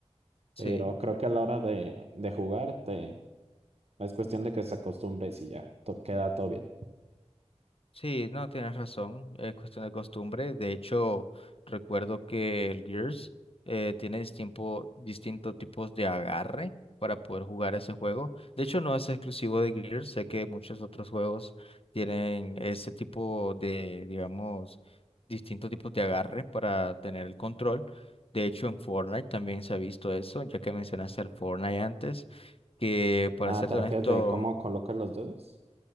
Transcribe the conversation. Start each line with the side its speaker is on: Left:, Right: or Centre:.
Left: Sí.
Right: pero creo que a la hora de, de jugar te, es cuestión de que se acostumbres y sí, ya, to- queda todo bien.
Left: Sí, no, tienes razón, es cuestión de costumbre. De hecho, recuerdo que el Gears eh, tiene distinto- distintos tipos de agarre para poder jugar ese juego. De hecho, no es exclusivo de Gears, sé que muchos otros juegos tienen ese tipo de, digamos, distintos tipos de agarre para tener el control. De hecho, en Fortnite también se ha visto eso, ya que mencionaste al Fortnite antes, que para
Right: Ah,
Left: ser
Right: ¿te
Left: honesto...
Right: refieres de cómo colocas los dedos?